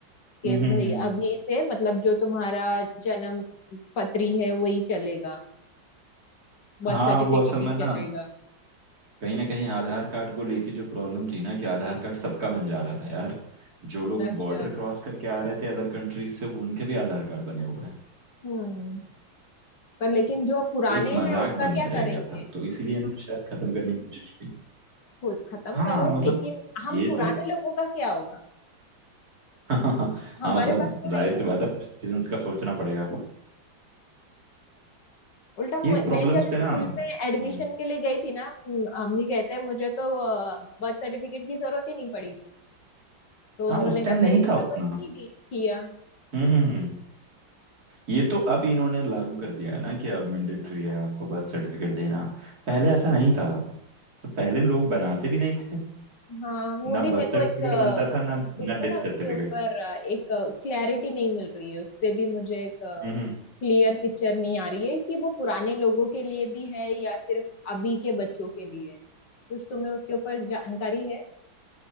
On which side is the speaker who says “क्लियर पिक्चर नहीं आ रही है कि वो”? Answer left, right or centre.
Left